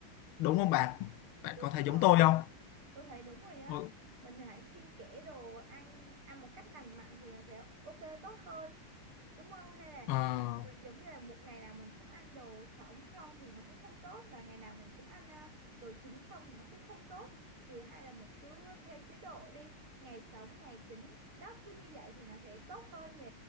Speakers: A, on the left; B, on the right.
A: đúng không bạn bạn
B: đúng
A: có thấy
B: rồi
A: giống tôi không
B: tôi thấy đúng rồi á
A: ừ,
B: mình hãy xuyên kẽ đồ ăn ăn một cách lành mạnh thì nó sẽ ok tốt hơn đúng không hay là
A: ờ,
B: mình giống như là một ngày nào mình cũng ăn đồ sống không thì nó cũng không tốt mà ngày nào mình cũng ăn à, đồ chín không thì nó cũng không tốt thì hay là mình cứ theo chế độ đi ngày sống ngày chín đó cứ như vậy thì nó sẽ tốt hơn nhỉ